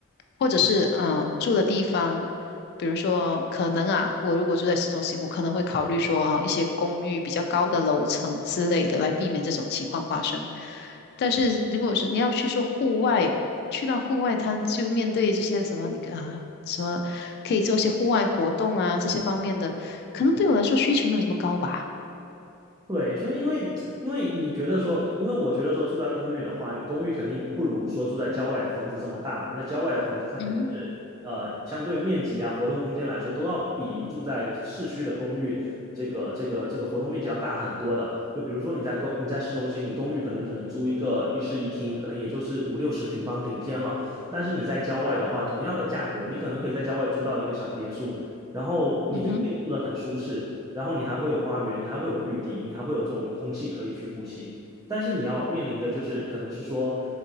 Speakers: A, on the left; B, on the right.
A: 或者是嗯、呃住的地方，比如说可能啊，我如果住在市中心，我可能会考虑说啊一些公寓比较高的楼层之类的，来避免这种情况发生。但是如果是你要去说户外，去到户外滩，就是面对这些什么你啊什么可以做一些户外活动啊这些方面的，可能对我来说需求没有这么高吧。
B: 对，所以因为因为你觉得说，因为我觉得说住在公寓的话，你公寓肯定不如说住在郊外的房子这么大嘛。那郊外的房子它肯定是呃相对面积啊、
A: 嗯哼。
B: 活动空间来说，都要比住在市区的公寓这个这个这个活动面积要大很多的。就比如说你在公你在市中心，你公寓可能只能租一个一室一厅，可能也就是五六十平方顶天了。但是你在郊外的话，同样的价格，你可能可以在郊外租到一个小别墅。然后你就可以住得很舒适，
A: 嗯哼，
B: 然后你还会有花园，你还会有绿地，你还会有这种空气可以去呼吸。但是你要面临的就是可能是说